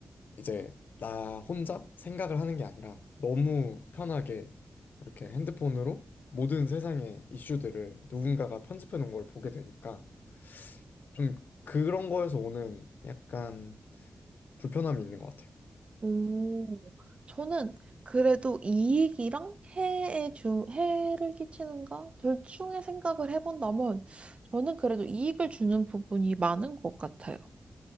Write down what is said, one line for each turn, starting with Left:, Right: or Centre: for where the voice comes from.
Left: 이제 나 혼자 생각을 하는 게 아니라 너무 편하게 이렇게 핸드폰으로 모든 세상의 이슈들을 누군가가 편집해 놓은 걸 보게 되니까 좀 그런 거에서 오는 약간 불편함이 있는 것 같아요.
Right: 오, 저는 그래도 이익이랑 해에 주, 해를 끼치는가? 둘 중에 생각을 해본다면 저는 그래도 이익을 주는 부분이 많은 것 같아요.